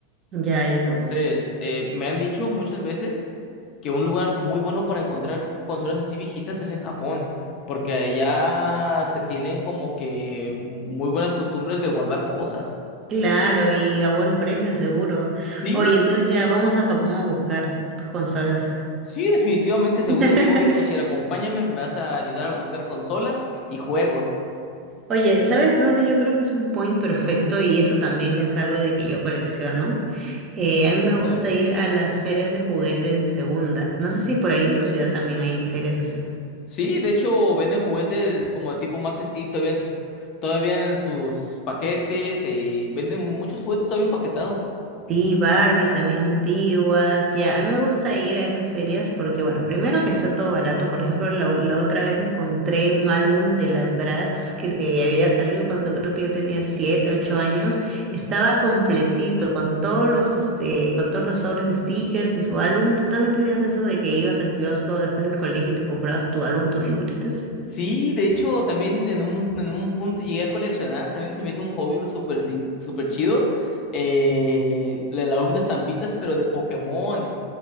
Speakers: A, on the right (about 35°); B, on the left (about 40°).
A: Ya, ya.
B: Entonces, eh, me han dicho muchas veces que un lugar muy bueno para encontrar consolas así viejitas es en Japón, porque allá se tienen como que muy buenas costumbres de guardar cosas.
A: Claro, y a buen precio seguro.
B: Sí,
A: Oye, entonces ya vamos a Japón a buscar tus consolas.
B: sí, definitivamente, según
A: <laughs>
B: día llegó y te voy acompáñame, me vas a ayudar a buscar consolas y juegos
A: Oye, ¿sabes dónde yo creo que es un point perfecto? Y eso también es algo de que yo colecciono. Eh, a
B: y
A: mí
B: cosas,
A: me gusta
B: ¿ven?
A: ir a las ferias de juguetes de segunda. No sé si por ahí en tu ciudad también hay ferias así.
B: Sí, de hecho, venden juguetes como de tipo Max Steel todavía en sus, todavía en sus paquetes, eh, venden muchos juguetes todavía empaquetados.
A: Sí, Barbies también antiguas. Ya, a mí me gusta ir a esas ferias porque, bueno, primero que está todo barato. Por ejemplo, la, la otra vez encontré un álbum de las Bratz que te había salido cuando creo que yo tenía siete, ocho años. Estaba completito con todos los, este, con todos los sobres de stickers y su álbum. ¿Tú también tenías eso de que ibas al kiosco después del colegio y te comprabas tu álbum, tus figuritas?
B: Sí, de hecho, también en un, en un punto llegué a coleccionar, también se me hizo un hobby súper in- súper chido, eh, el álbum de estampitas, pero de Pokémon.